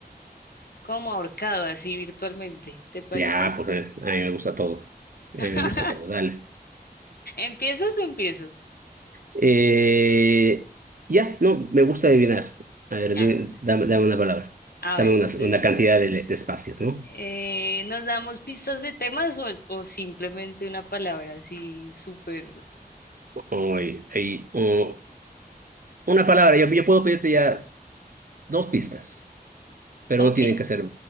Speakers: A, on the left; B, on the right.
A: como ahorcado, así virtualmente, ¿te parece?
B: Ya, pues eh, a mí me gusta todo. A mí me
A: <laughs>
B: gusta todo, dale.
A: ¿Empiezas o empiezo?
B: Eh, ya, no, me gusta adivinar. A ver,
A: Ah,
B: di- dame, dame una palabra.
A: ah,
B: Dame
A: bueno,
B: una,
A: entonces,
B: una cantidad de, le- de espacios, ¿no?
A: eh, ¿nos damos pistas de temas o, o simplemente una palabra así súper?
B: Hoy, ahí, o- una palabra, yo, yo puedo pedirte ya dos pistas, pero
A: Ok,
B: no tienen que ser,